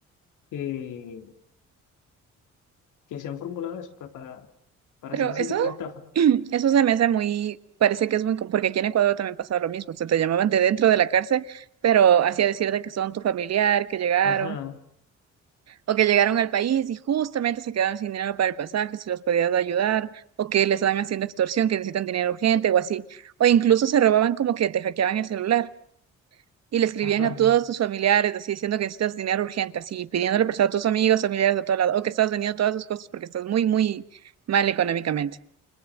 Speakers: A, on the left; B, on the right.
A: que, que se han formulado eso, pues, para, para
B: Pero
A: hacer ese
B: eso,
A: tipo de estafa.
B: <clears throat> eso se me hace muy, parece que es muy, com- porque aquí en Ecuador también pasaba lo mismo, o sea, te llamaban de dentro de la cárcel, pero hacía decirte que son tu familiar, que llegaron,
A: Ajá,
B: o que llegaron al país y justamente se quedaron sin dinero para el pasaje, si los podías ayudar, o que les están haciendo extorsión, que necesitan dinero urgente o así, o incluso se robaban como que te hackeaban el celular. Y le escribían
A: ajá.
B: a todos tus familiares, así diciendo que necesitas dinero urgente, así pidiéndole prestado a tus amigos, familiares de todo lado, o que estás vendiendo todas tus cosas porque estás muy, muy mal económicamente.